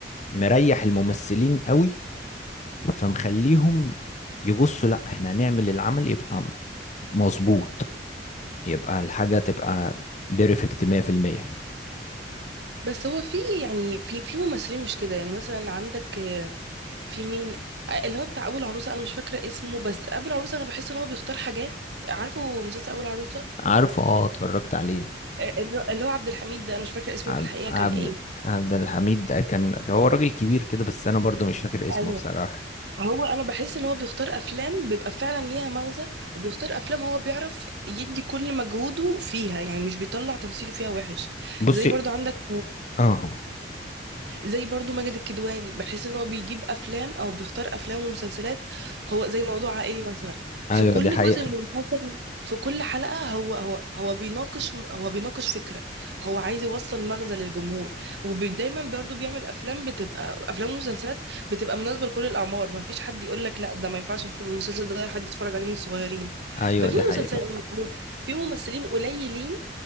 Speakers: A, on the left; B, on the right.
A: مريح الممثلين قوي فمخليهم يبصوا لا احنا هنعمل العمل يبقى مظبوط يبقى الحاجة تبقى بيرفكت 100%
B: بس هو في يعني في في ممثلين مش كده يعني مثلا عندك آه، في مين آه، اللي هو بتاع ابو العروسه انا مش فاكره اسمه بس ابو العروسه انا بحس ان هو بيختار حاجات عارفه مسلسل ابو العروسه
A: عارفه اه اتفرجت عليه
B: اللي اللي هو عبد الحميد ده انا مش فاكره اسمه
A: عب-
B: في الحقيقه
A: عبد
B: كان ايه
A: عبد الحميد ده كان كان هو راجل كبير كده بس انا برضو مش فاكر اسمه
B: ايوه
A: بصراحة
B: هو انا بحس ان هو بيختار افلام بيبقى فعلا ليها مغزى وبيختار افلام هو بيعرف يدي كل مجهوده فيها يعني مش بيطلع تمثيله فيها وحش
A: بصي
B: زي برضو عندك
A: اه
B: زي برضو ماجد الكدواني بحس ان هو بيجيب افلام او بيختار افلام ومسلسلات هو زي موضوع عائلي مثلا في
A: ايوه
B: كل
A: دي حقيقة
B: جزء من المسلسل في كل حلقة هو هو هو بيناقش هو بيناقش فكرة هو عايز يوصل مغزى للجمهور ودايما برضو بيعمل افلام بتبقى افلام ومسلسلات بتبقى مناسبة لكل الاعمار ما فيش حد يقول لك لا ده ما ينفعش في المسلسل ده حد يتفرج عليه من الصغيرين
A: ايوه
B: ففي
A: دي حقيقة
B: مسلسل م- في ممثلين قليلين